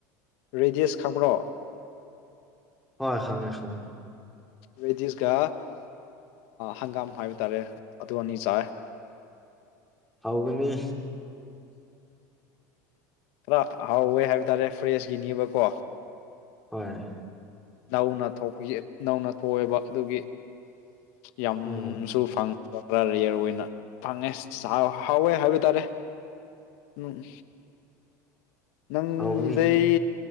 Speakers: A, on the left; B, in the centre.
A: ꯔꯦꯗꯤꯁ ꯈꯪꯕ꯭ꯔꯣ
B: ꯍꯣꯏ ꯈꯉꯦ ꯈꯉꯦ
A: ꯔꯦꯗꯤꯁꯀ ꯍꯪꯒꯥꯝ ꯍꯥꯏꯕ ꯇꯥꯔꯦ ꯑꯗꯨ ꯑꯅꯤ ꯆꯥꯏ
B: ꯍꯧꯒꯅꯤ
A: ꯈꯔ ꯍꯥꯎꯋꯦ ꯍꯥꯏꯕ ꯇꯥꯔꯦ ꯐ꯭ꯔꯦꯁꯀꯤꯅꯦꯕꯀꯣ
B: ꯍꯣꯏ
A: ꯅꯧꯅ ꯅꯧꯅ ꯊꯣꯛꯑꯦꯕ ꯑꯗꯨꯒꯤ ꯌꯥꯝꯁꯨ
B: ꯎꯝ
A: ꯐꯪꯉꯤ ꯕꯔꯤꯌꯔ ꯑꯣꯏꯅ ꯐꯪꯉꯦ ꯍꯥꯎꯋꯦ ꯍꯥꯏꯕ ꯇꯥꯔꯦ ꯎꯝ ꯅꯪꯗꯩ
B: ꯍꯥꯎꯒꯅꯤ